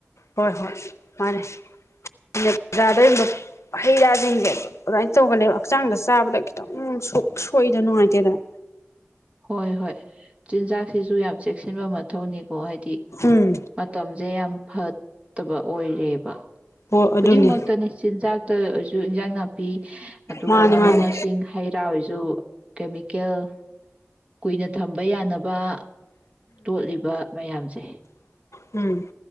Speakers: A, on the left (about 80°); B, on the right (about 25°).
A: ꯍꯣꯏ ꯍꯣꯏ ꯃꯥꯅꯦ ꯕꯖꯥꯔꯗ ꯌꯕ ꯍꯩ ꯔꯥꯁꯤꯡꯁꯦ ꯑꯗꯨꯃꯥꯏꯅ ꯇꯧꯒꯅꯦꯕ ꯍꯛꯆꯥꯡꯗ ꯆꯥꯕꯗ ꯈꯤꯇꯪ ꯁꯣꯛꯏꯗ ꯅꯨꯡꯉꯥꯏꯇꯦꯗꯅ
B: ꯍꯣꯏ ꯍꯣꯏ ꯆꯤꯟꯖꯥꯛꯁꯤꯁꯨ ꯌꯥꯝ ꯆꯦꯛꯁꯤꯟꯕ ꯃꯊꯧꯅꯤ ꯀꯣ ꯍꯥꯏꯗꯤ
A: ꯎꯝ
B: ꯃꯇꯝꯁꯦ ꯌꯥꯝ ꯐꯠ ꯇꯕ ꯑꯣꯏꯔꯦꯕ
A: ꯍꯣꯏ
B: ꯈꯨꯗꯤꯡꯃꯛꯇꯅꯤ
A: ꯑꯗꯨꯅꯦ
B: ꯆꯤꯟꯖꯥꯛꯇ ꯑꯣꯏꯁꯨ ꯏꯟꯖꯥꯡ ꯅꯥꯄꯤ ꯑꯗꯨꯒ
A: ꯃꯥꯅꯦ
B: ꯃꯅꯥ
A: ꯃꯥꯅꯦ
B: ꯃꯁꯤꯡ ꯍꯩ ꯔꯥ ꯑꯣꯏꯁꯨ ꯀꯦꯃꯤꯀꯦꯜ ꯀꯨꯏꯅ ꯊꯝꯕ ꯌꯥꯅꯕ ꯇꯣꯠꯂꯤꯕ ꯃꯌꯥꯝꯁꯦ
A: ꯎꯝ